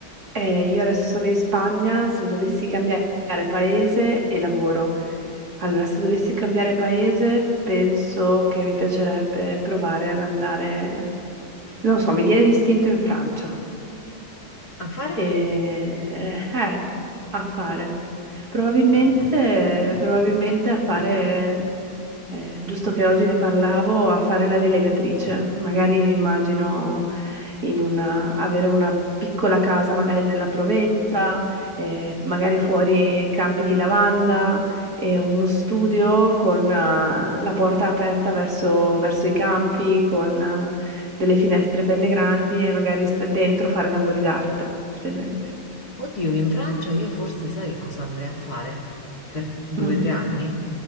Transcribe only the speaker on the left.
a fare?
Oddio, in Francia io forse sai che cosa andrei a fare per due
o tre anni?